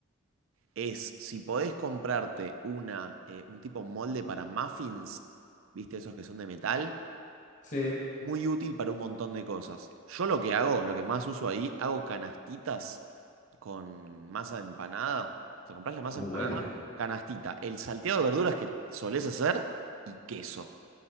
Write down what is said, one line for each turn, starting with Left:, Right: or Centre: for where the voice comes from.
Right: es si podés comprarte una, eh, un tipo molde para muffins, ¿viste? Esos que son de metal
Left: Sí.
Right: muy útil para un montón de cosas. Yo lo que hago, lo que más uso ahí, hago canastitas con masa de empanada. O sea, comprás la masa
Left: Muy
Right: de empanada,
Left: bueno.
Right: canastita, el salteado de verduras que solés hacer y queso.